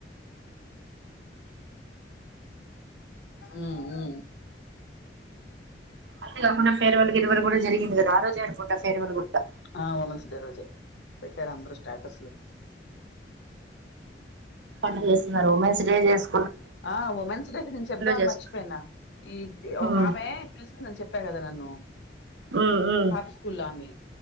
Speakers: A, on the left; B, on the right.
A: ఆ ఆ
B: అంతే కాకుడా ఫేర్వల్కి ఇరకూడా జరిగింది కదా ఆ రజు అనుంటా ఫేర్వల్లు కూడా
A: ఆ ఉమెన్స్ డేడ్ రోజే పెట్టారు అందరుూ స్టాటస్లు
B: పడు చేస్తున్నారు ఉమెన్స్ డే చేసు
A: ఆ ఉమెన్స్ దగ్గర నేను చెప్దాం అని
B: చేసుకున్నారు
A: మర్చిపోయినా ఈ
B: ఉమ్
A: ఒక ఆమె పిలిసింది అనిచెప్పా కదా నన్ను
B: ఉమ్ ఉమ్
A: పాత స్కూల్లో ఆమె